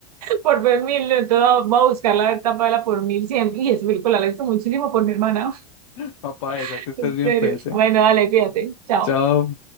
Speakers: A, on the right; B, on the left.
A: por ver mil, entonces voy a buscar la verdad por mil siempre. Y esa película la he visto muchísimo por mi hermana,
B: <laughs> Papá, esa
A: <laughs>
B: que estés
A: en
B: bien,
A: serio.
B: pues, ¿eh?
A: Bueno, dale, fíjate, chao.
B: Chao.